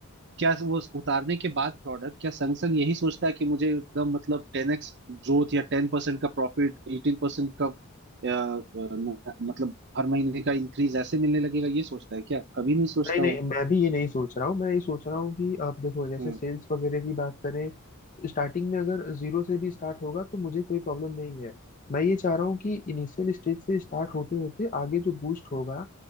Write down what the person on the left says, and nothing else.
नहीं नहीं मैं भी ये नहीं सोच रहा हूँ मैं ये सोच रहा हूँ कि आप देखो जैसे
सेल्स वगैरह की बात करें तो स्टार्टिंग में अगर जीरो से भी स्टार्ट होगा तो मुझे कोई प्रॉब्लम नहीं है मैं ये चाह रहा हूँ कि इनिशियल स्टेज से स्टार्ट होते होते आगे जो बूस्ट होगा